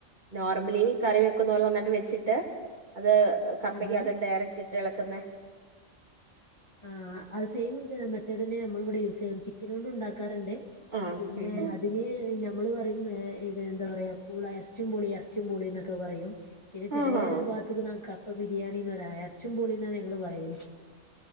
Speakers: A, on the right; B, on the left.
A: നോർമലി കറി വെക്കുന്ന പോലെ നന്നായിട്ട് വെച്ചിട്ട് അത് കപ്പയ്ക്ക്
B: ആഹാ
A: അത് ഡയറക്ട് ഇട്ട് ഇളക്കുന്നെ.
B: ആ അത് സെയിം മെത്തേഡ് തന്നെ നമ്മൾ ഇവിടെ യൂസ് ചെയ്യണേ. ചിക്കൻ കൊണ്ട് ഉണ്ടാക്കാറുണ്ട്.
A: ആ
B: പിന്നെ
A: ഉം ഉം
B: അതിന് നമ്മള് പറയും ഏ ഇത് എന്താ പറയാ പൂളായെറ ച്ചുംപൂളി ഇറച്ചീംപൂളിന്നൊക്കെ പറയും. പിന്നെ ചെലേ
A: ആഹാ
B: ഭാഗത്തേക്ക് നാ കപ്പ ബിരിയാണിന്നാറ എറച്ചിം പോളിന്നാണ് ഞങ്ങള് പറയല്.